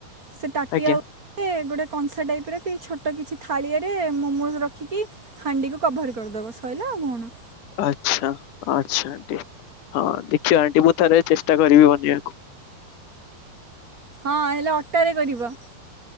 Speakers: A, on the right (about 20°); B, on the left (about 65°).
A: ସେ ଟାଟିଆ
B: ଆଜ୍ଞା
A: ଗୋଟେ କଂସା ଟାଇପ ର କି ଛୋଟ କିଛି ଥାଳିଆ ରେ ମୋମୋଜ ରଖିକି ହାଣ୍ଡି କଭର୍ କରିଦବ ସରିଲ ଆଉ କଣ?
B: ଆଚ୍ଛା, ଆଚ୍ଛା ଆଣ୍ଟି ହଁ ଦେଖିବା ଆଣ୍ଟି ମୁଁ ଥରେ ଚେଷ୍ଟା କରିବି ବନେଇବାକୁ‌।
A: ହଁ ହେଲେ ଅଟାରେ କରିବ।